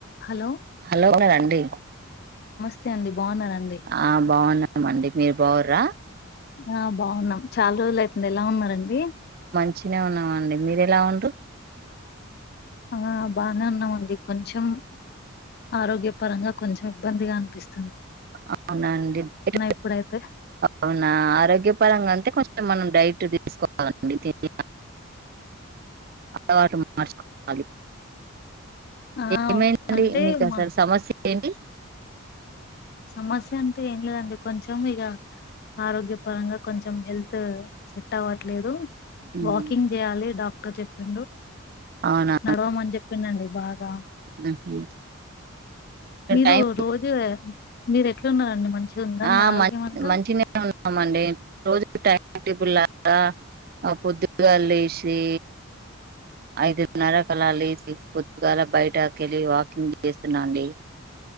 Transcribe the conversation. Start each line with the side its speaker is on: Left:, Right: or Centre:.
Left: Hello
Right: hello ఉన్నరాండి.
Left: స్తే అండి బాగున్నారండి
Right: ఆ బాగున్నామండి. మీరు బాగు్రా
Left: ఆ బాగున్నాం చాలా రోజులు అయితుంది ఎలా ఉన్నార్ అన్ అండి
Right: మంచి గనే ఉన్నా మ్ అండి మీరు ఎలా ఉండ్రు
Left: ఆ బానే ఉన్నామండి కొంచెం ఆరోగ్యపరంగా కొంచెం ఇబ్బందిగా అనిపిస్తు
Right: అవునా అండిడ
Left: ఇప్పుడైతే
Right: అవునా ఆరోగ్య పరంగా అంటే కొంచెం మనం డైట్ తీసుకోవాలండి తినే అలవాటు మార్చుకోవాలి.
Left: ఆ
Right: ఏమైందండి
Left: అంటే
Right: మీకు
Left: మా
Right: అసలు సమస్య ఏంటి
Left: సమస్య అంటే ఏం లేదండి కొంచెం కోంచం ఇగ ఆరోగ్య పరంగా కొంచెం హెల్త్ సెట్ అవ్వట్లేదు
Right: ఉమ్,
Left: వాకింగ్ చేయాలి డాక్ ఇన్కా చెప్పిండు
Right: అవునా
Left: నడవమని చెప్పిండండి బాగా
Right: మీరు
Left: మీరు
Right: టైం
Left: రోజు మీరు ఎట్లున్నారండి మంచిగా ఉందా మీ
Right: ఆ
Left: ఆరోగ్యం
Right: మ
Left: అంతా
Right: మంచిగనే ఉన్నామండి రోజు టైమ్ కె చన్టిపుల్లలాగా పొద్దుగాల లేసి ఐదున్నర కల్ల లసి పొద్దుగాల బయటకెళ్ళి వాకింగ్ చేస్తున్నాండి